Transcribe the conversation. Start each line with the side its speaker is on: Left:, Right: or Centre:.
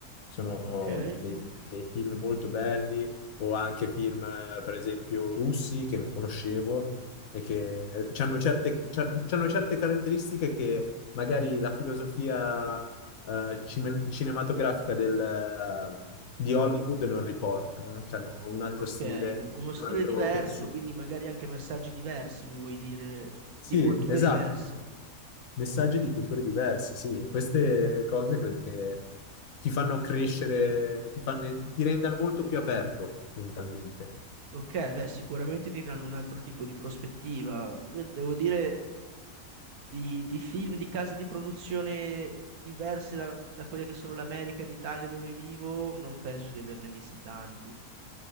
Left: sono
Right: Ok?
Left: dei, dei film molto belli o anche film, eh, per esempio, russi che non conoscevo e che hanno certe, c'ha- c'hanno certe caratteristiche che magari la filosofia eh, cime- cinematografica del, eh, di Hollywood non riporta, no? C'hanno un altro
Right: Ok,
Left: stile,
Right: uno stile
Left: un altro
Right: diverso,
Left: pensiero.
Right: quindi magari anche messaggi diversi, mi vuoi dire,
Left: Sì,
Right: di culture
Left: esatto.
Right: diverse.
Left: Messaggi di culture diverse, sì, e queste cose credo che ti fanno crescere, ti, fa- eh, ti rendano molto più aperto mentalmente.
Right: Ok, beh, sicuramente ti danno un altro tipo di prospettiva. Io devo dire. di, di film, di case di produzione diverse da, da quelle che sono l'America e l'Italia dove vivo, non penso di averne visti tanti.